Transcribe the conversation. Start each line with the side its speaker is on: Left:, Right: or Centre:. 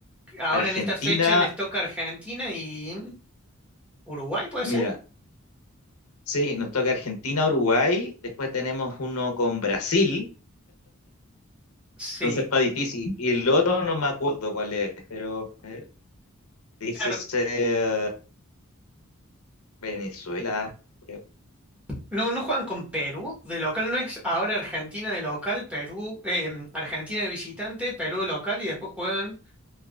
Centre: Ahora
Left: Argentina,
Centre: en esta fecha les toca Argentina y Uruguay, ¿puede
Left: mira,
Centre: ser?
Left: sí, nos toca Argentina, Uruguay, después tenemos uno con Brasil,
Centre: Sí,
Left: entonces está difícil. Y el otro no me acuerdo cuál es, pero a ver, dice
Centre: claro.
Left: ser Venezuela. creo.
Centre: No, no juegan con Perú de local, no es ahora Argentina de local, Perú, em, Argentina de visitante, Perú de local y después juegan